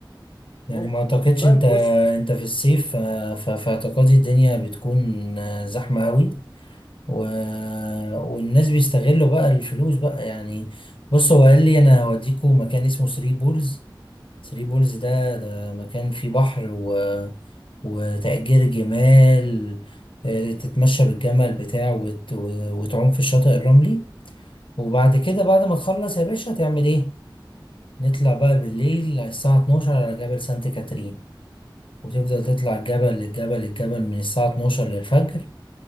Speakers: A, on the left; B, on the left.
A: يعني
B: ممكن
A: ما اعتقدش
B: طيب
A: انت
B: بص
A: انت في الصيف ف- ف- في اعتقادي الدنيا بتكون زحمة قوي و... والناس بيستغلوا بقى الفلوس بقى يعني بص هو قال لي انا هوديكوا مكان اسمه ثري بولز ثري بولز ده ده مكان فيه بحر و... وتأجير جمال آه، تتمشى بالجمل بتاعه وت... و- وتعوم في الشاطئ الرملي وبعد كده بعد ما تخلص يا باشا هتعمل ايه نطلع بقى بالليل على الساعة 12 على جبل سانت كاترين وتفضل تطلع الجبل للجبل الجبل من الساعة 12 للفجر